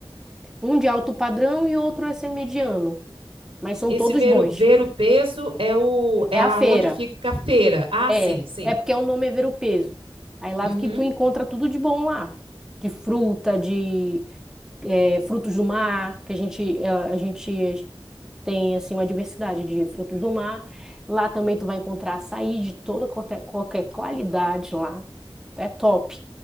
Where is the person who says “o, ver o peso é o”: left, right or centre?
Right